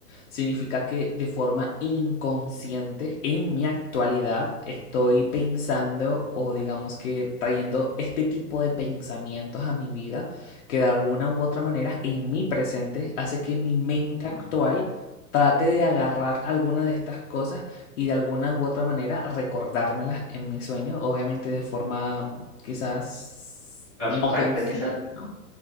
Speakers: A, on the left (about 55°); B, on the right (about 20°).
A: significa que de forma inconsciente en mi actualidad estoy pensando o digamos que trayendo este tipo de pensamientos a mi vida que de alguna u otra manera en mi presente hace que mi mente
B: Ujú.
A: actual trate de agarrar alguna de estas cosas y de alguna u otra manera recordármelas en mis sueños, obviamente de forma mm, quizás
B: Abstracta,
A: no consciente,
B: quizá.
A: ¿no?